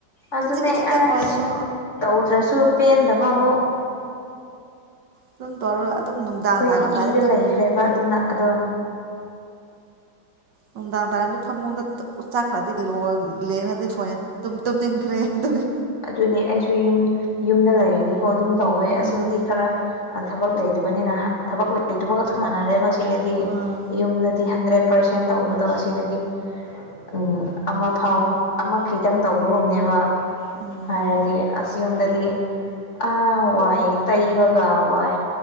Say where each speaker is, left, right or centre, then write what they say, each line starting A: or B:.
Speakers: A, on the left; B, on the right.
A: ꯑꯗꯨꯅꯦ
B: ꯈꯖꯤꯛ ꯈꯖꯤꯛꯇꯪ
A: ꯑꯁ
B: ꯑꯣꯏꯔꯁꯨ
A: ꯇꯧꯗ꯭ꯔꯁꯨ ꯄꯦꯟꯗꯕ ꯑꯃꯨꯛ
B: ꯑꯗꯨꯝ ꯇꯧꯔꯒ ꯑꯗꯨꯝ ꯅꯨꯡꯗꯥꯡ
A: ꯑꯩꯈꯣꯏꯒꯤ
B: ꯇꯥꯔꯝꯗꯥꯏꯗ
A: ꯏꯗ
B: ꯑꯗꯨꯝ
A: ꯂꯩꯈ꯭ꯔꯦꯕ ꯑꯗꯨꯅ ꯑꯗꯣ
B: ꯅꯨꯡꯗꯥꯡ ꯇꯥꯔꯝꯗꯤ ꯐꯃꯨꯡꯗ ꯇ ꯆꯥꯡꯈ꯭ꯔꯗꯤ ꯂꯣꯜ ꯂꯦꯡꯅꯗꯤ ꯐꯣꯟ ꯌꯦꯡ ꯇꯨꯝ ꯇꯨꯝꯅꯤꯡꯈ꯭ꯔꯦ ꯑꯗꯨꯒꯤ
A: ꯑꯗꯨꯅꯦ ꯑꯩꯁꯨ ꯌꯨꯝ ꯌꯨꯝꯗ ꯂꯩꯔꯗꯤꯀꯣ ꯑꯗꯨꯝ ꯇꯧꯋꯦ
B: ꯑꯥ
A: ꯑꯁꯤꯖꯤꯗꯤ ꯈꯔ ꯑ ꯊꯕꯛ ꯂꯩꯇꯕꯅꯤꯅ ꯍꯥ ꯊꯕꯛ ꯂꯩꯇꯕꯒ ꯆꯞ ꯃꯥꯟꯅꯔꯦꯕ ꯁꯤꯗꯗꯤ
B: ꯑꯥ
A: ꯌꯨꯝꯗꯗꯤ ꯍꯟꯗ꯭ꯔꯦꯠ ꯄꯥꯔꯁꯦꯟ ꯇꯧꯕꯗꯣ ꯑꯁꯤꯗꯗꯤ ꯎꯝ ꯑꯃ ꯐꯥꯎ ꯑꯃ ꯈꯤꯇꯪ ꯇꯧꯕꯒꯨꯝꯅꯦꯕ
B: ꯎꯝ
A: ꯍꯥꯏꯔꯗꯤ ꯑꯁ ꯌꯨꯝꯗꯗꯤ ꯑꯥ ꯋꯥꯏ ꯇꯩꯕꯒ ꯋꯥꯏ